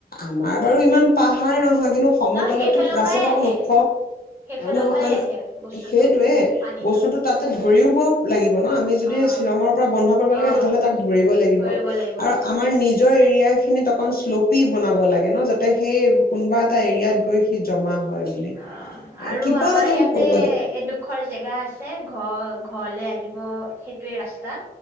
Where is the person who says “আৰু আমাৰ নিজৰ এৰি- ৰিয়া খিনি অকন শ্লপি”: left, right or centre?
Left